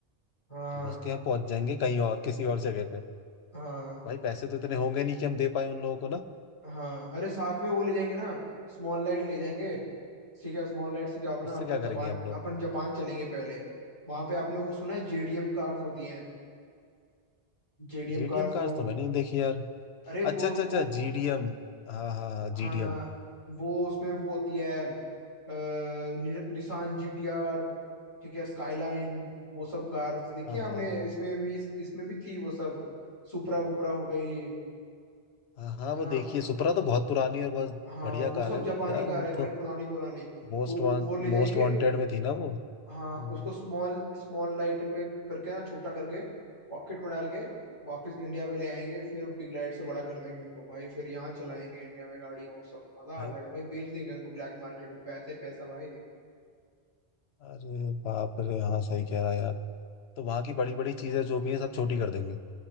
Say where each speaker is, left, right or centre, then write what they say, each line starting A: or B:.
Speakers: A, on the left; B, on the left.
A: हाँ
B: तो घुस के हम पहुंच जाएंगे कहीं और किसी और जगह पे
A: हाँ
B: भाई पैसे तो इतने होंगे नहीं कि हम दे पाए उन लोगों को ना
A: हाँ अरे साथ में वो ले जाएंगे ना स्मॉल लाइट ले जाएंगे ठीक है स्मॉल लाइट से क्या होगा ना
B: उससे
A: अपन
B: क्या
A: जापान
B: करेंगे हम लोग
A: अपन जापान चलेंगे पहले वहां पे आपने वो सुना है जेडीएम कार्स होती हैं जेडीएम
B: जीडीएम
A: कार्स वो
B: कार्स तो मैंने नहीं देखी यार
A: अरे
B: अच्छा
A: वो
B: अच्छा
A: वो
B: अच्छा जीडीएम हाँ हाँ
A: हाँ
B: जीडीएम
A: वो उसमें वो होती है अ, नि, निसान जीटीआर ठीक है स्काईलाइन वो सब कार्स देखी
B: हाँ
A: हैं
B: हाँ
A: आपने इसमें भी इसमें भी थी वो सब सुपरा वुपरा हो गई
B: हाँ हाँ,
A: है
B: वो
A: ना
B: देखिए सुपरा तो बहुत पुरानी और बहुत
A: हाँ
B: बढ़िया
A: वो
B: कार
A: सब
B: है वो
A: जापानी
B: यार
A: कार
B: वो
A: है भाई
B: तो
A: पुरानी पुरानी
B: मोस्ट
A: तो
B: वांट
A: वो ले जाएंगे
B: मोस्ट वांटेड में थी ना वो
A: हाँ
B: हम्म,
A: उसको स्मॉल स्मॉल लाइट में करके ना छोटा करके पॉकेट में डाल के वापस इंडिया में ले आएंगे फिर बिग लाइट से बड़ा कर देंगे उनको भाई फिर यहाँ चलाएंगे इंडिया में गाड़ियाँ वो सब मजा
B: भाई
A: आ जाएगा भाई बेच देंगे उनको ब्लैक मार्केट में पैसा ही पैसा भाई
B: अरे बाप रे हाँ सही कह रहा है यार तो वहाँ की बड़ी बड़ी चीजें जो भी हैं सब छोटी कर देंगे